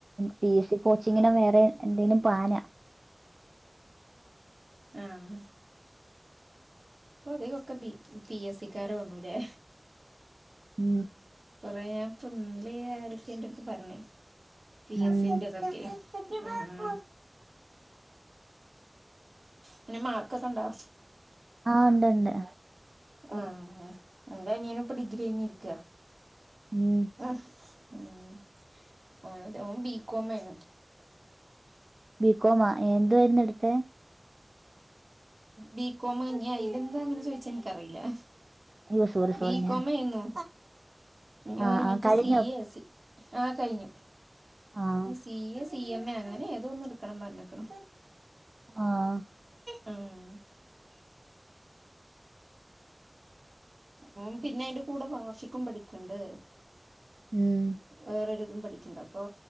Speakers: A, on the right (about 55°); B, on the right (about 75°).
A: പി എസ് സി കോച്ചിങ്ങിനോ വേറെ എന്തേലും പാനാ
B: ആഹ് ഇപ്പൊ അതികൊക്കെ ബി പി എസ് സി ക്കാരൊണൂല്ലേ.
A: ഉം
B: കൊറേ ഞാൻ <unintelligible> ആരൊക്കെ എന്റെടുത്ത് പറഞ്ഞെ പി
A: ഉം
B: എസിന്റെതൊക്കെ. ഉം പിന്നെ മാർക്കൊക്കെ ഇണ്ടാ?
A: ആഹ് ഇണ്ട് ഇണ്ട്.
B: ആഹ് ആഹ് ഇന്റനിയനും ഇപ്പ ഡിഗ്രി കഴിഞ്ഞിരിക്കാ
A: ഉം
B: ആഹ് ഉം ഓനു ഇതേ ഓൻ ബിക്കോമേരുന്നു.
A: ബിക്കോമാ എന്തുവായിരുന്നു എടുത്തെ?
B: ബിക്കോമ് ഇഞ്ഞി അയില് എന്താ അങ്ങനെ ചോയിച്ചാ എനിക്കറിയില്ലാ.
A: അയ്യോ സോറി സോറി
B: ബി കോം
A: ഞാൻ
B: ആയിരുന്നു ഇഞ്ഞി
A: ആഹ്
B: ഓന്
A: ആഹ്
B: മറ്റേ
A: കഴിഞ്ഞോ
B: സി എ സി ആഹ് കയ്ഞ്ഞു.
A: ആഹ്
B: C A C M A അങ്ങനെ ഏതോ ഒന്ന് എടുക്കണം പറഞ്ഞക്ക്ണ്.
A: ആഹ്.
B: ഉം ഓൻ പിന്നെ അയിന്റെ കൂടെ വാഫിക്കും പഠിക്ക്‌ണ്ട്‌
A: ഉം
B: വേറൊരിതും പഠിക്ക്ണ്ട്‌ അപ്പൊ